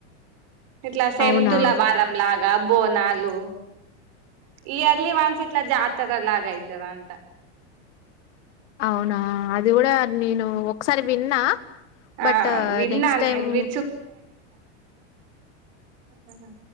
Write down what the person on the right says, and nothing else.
ఇట్లా సెంతుూలా
బారం లాగా బోనాలు ఇయర్లీ వన్స్ ఇట్లా జా తరలా ఆగయితద అంటా
ఆ
విన్నాను
నేను వి ఆ